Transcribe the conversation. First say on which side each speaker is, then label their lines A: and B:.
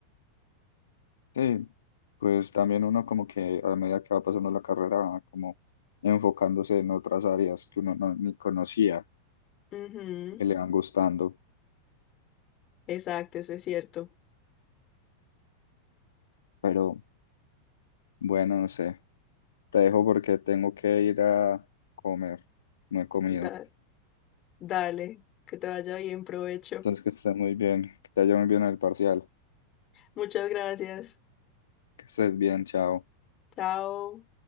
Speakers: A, on the left; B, on the left.
A: Sí, pues también uno como que a medida que va pasando la carrera va como enfocándose en otras áreas que uno no, ni conocía,
B: ujú,
A: que le van gustando.
B: exacto, eso es cierto.
A: Pero bueno, no sé, te dejo porque tengo que ir a comer, no he comido.
B: Da- dale, que te vaya bien, provecho.
A: Entonces que estés muy bien, que te vaya muy bien en el parcial,
B: Muchas gracias.
A: que estés bien, chao.
B: Chao.